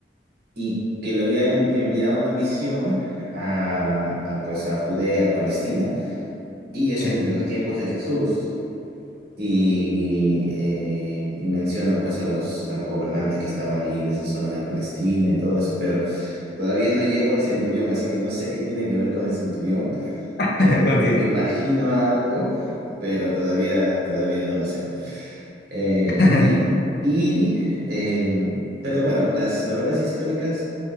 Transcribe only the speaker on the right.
y que le había en- enviado una misión a, a, pues, a Judea, a Palestina, y es
en los tiempos de Jesús. Y, eh, y menciona pues a los, a los gobernantes que estaban ahí en esa zona de Palestina y todo eso, pero Todavía no llego al Centurión, así que no sé qué tiene que ver con el Centurión. Eh,
me imagino algo, pero todavía, todavía no lo sé. Eh,
y, y, eh, pero bueno, las novelas históricas